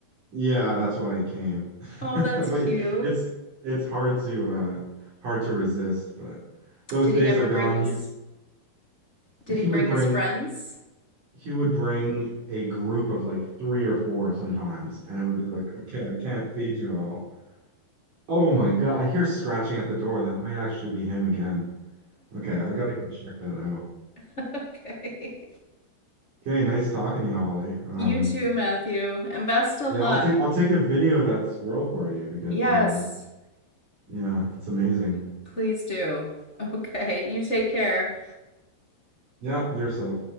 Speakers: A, on the right (about 55°); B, on the left (about 45°).
A: yeah, that's why it came.
B: Oh,
A: <laughs>
B: that's
A: But
B: cute.
A: it's it's hard to uh hard to resist, but those
B: Did
A: days
B: he ever
A: are gone.
B: bring his
A: He's
B: did
A: he
B: he bring
A: would bring
B: his friends?
A: he would bring a group of like three or four sometimes, and it would be like, okay, I can't feed you all. Oh my God, I hear scratching at the door. That might actually be him again. Okay, I gotta go check that out.
B: <laughs> Okay.
A: Okay, nice talking to you, Holly. Um,
B: You too, Matthew, and best of
A: yeah,
B: luck.
A: I'll take I'll take a video of that squirrel for you because
B: Yes,
A: uh, yeah, it's amazing.
B: please do. Okay, you take care.
A: Yeah, yourself.